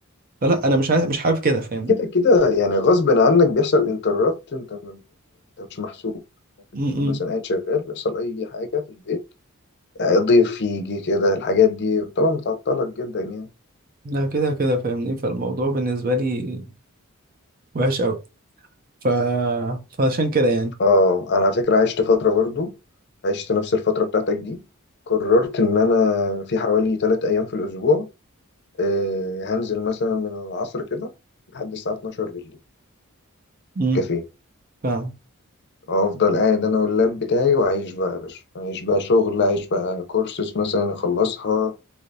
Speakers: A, on the right; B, on the left.
A: فلا انا مش عايز مش حابب كده فاهمني
B: كده كده يعني غصب عنك بيحصل انتربت انت انت مش محسوب ممكن
A: م-
B: تكون مثلا
A: م.
B: قاعد شغال بيحصل أي حاجة في البيت آه، ضيف يجي كده الحاجات دي طبعا بتعطلك جدا يعني
A: لا كده كده فاهمني فالموضوع بالنسبة لي وحش قوي ف... فعشان كده يعني
B: اه أنا على فكرة عشت فترة برضو عشت نفس الفترة بتاعتك دي قررت إن أنا في حوالي تلات أيام في الأسبوع آه، هنزل مثلا من العصر كده لحد الساعة 12 بالليل
A: م.
B: كافيه
A: فاهم
B: افضل قاعد انا واللاب بتاعي واعيش بقى يا باشا اعيش بقى شغل اعيش بقى كورسز مثلا اخلصها